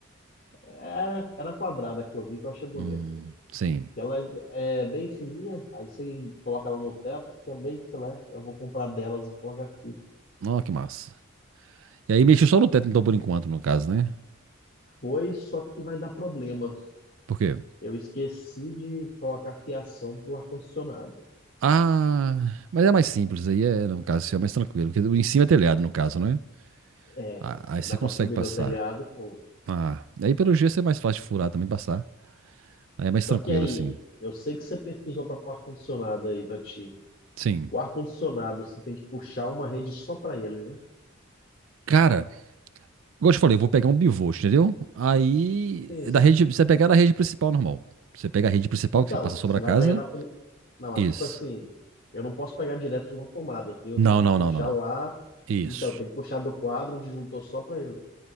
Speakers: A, on the left (about 45°); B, on the right (about 60°).
A: Era, era quadrada que eu vi que eu achei bonita.
B: Hum, sim.
A: Que ela é, é bem fininha, aí você coloca ela no teto, fica bem filé. Eu vou comprar delas e coloco aqui.
B: Ó, que massa. E aí mexi só no teto, então, por enquanto, no caso, né?
A: Foi, só que vai dar problema.
B: Por quê?
A: Eu esqueci de colocar fiação pro ar-condicionado.
B: Ah, mas é mais simples aí, é, no caso, assim, é mais tranquilo. Porque em cima é telhado, no caso, né?
A: É,
B: Ah, aí
A: dá
B: você
A: pra
B: consegue
A: subir
B: passar.
A: no telhado e pô.
B: Ah, aí pelo gesso é mais fácil de furar também passar. Aí é mais
A: Só
B: tranquilo,
A: que aí,
B: assim.
A: eu sei que você pesquisou para pôr ar-condicionado aí pra ti.
B: Sim.
A: O ar-condicionado, você tem que puxar uma rede só para ele, né?
B: Cara, igual eu te falei, eu vou pegar um bivolt, entendeu? Aí,
A: Sim,
B: é
A: sim.
B: da rede, você pegar da rede principal normal. Você pega a rede principal
A: Então,
B: que você passa sobre
A: você
B: a
A: vai
B: casa.
A: pegar da. pri- Não, mas
B: Isso.
A: tipo assim, eu não posso pegar direto de uma tomada, eu tenho
B: Não,
A: que
B: não,
A: puxar
B: não, não, não.
A: lá.
B: Isso.
A: Então, eu tenho que puxar do quadro, o disjuntor só para ele.